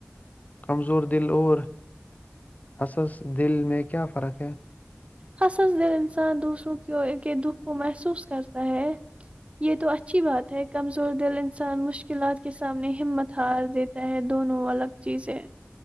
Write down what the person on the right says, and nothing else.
حصص دل انسان دوسروں کی کے دکھ کو محسوس کرتا ہے یہ تو اچھی بات ہے کمزور دل انسان مشکلات کے سامنے ہمت ہار دیتا ہے دونوں الگ چیزیں